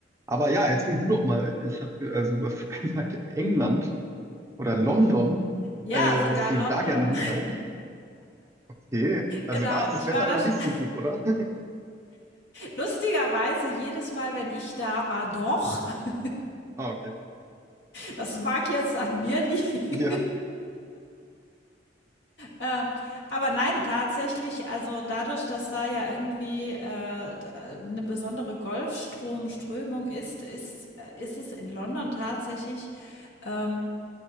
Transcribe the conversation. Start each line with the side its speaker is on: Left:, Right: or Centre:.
Right: Aber ja, erzähl du doch mal. Ich habe, also du hast <laughs> gesagt, England oder London,
Left: Ja,
Right: äh,
Left: sogar
Right: dass du
Left: London.
Right: da gerne hinreist.
Left: <laughs>
Right: Okay, also
Left: Genau.
Right: da ist
Left: Ich
Right: das Wetter
Left: war das
Right: ja nicht
Left: <laughs>
Right: so gut, oder? <laughs>
Left: lustigerweise jedes Mal, wenn ich da war, doch. <laughs>
Right: Ah, okay.
Left: Das mag jetzt an mir liegen.
Right: Ja,
Left: <laughs> Ähm, aber nein, tatsächlich, also dadurch, dass da ja irgendwie äh, d- äh, eine besondere Golfstromströmung ist, ist, äh, ist es in London tatsächlich ähm,